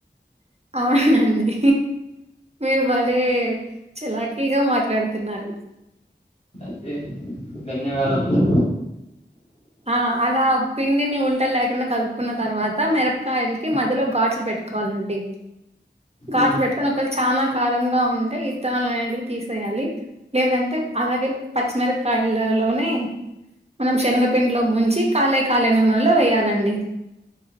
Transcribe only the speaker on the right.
అవునండి మీరు బలే చలాకీగా మాట్లాడుతున్నారు
ఆ అలా పిండిని ఉంటలు లేకుండా కలుపుకున్న తర్వాత మిరపకాయలకి మధ్యలో గాట్లు పెట్టు కోవాలండి గాజు
పెట్టు ఇక్కడ ఒకళ్ళు చాలా కారంగా ఉంటే ఇత్తనాలు అనేంటివి తీసేయాలి లేదంటే అలాగే పచ్చిమిరక్కాయలలోనే మనం శనగ పిండ్లో ముంచి కాలే కాలే నూనెలో వేయాలండి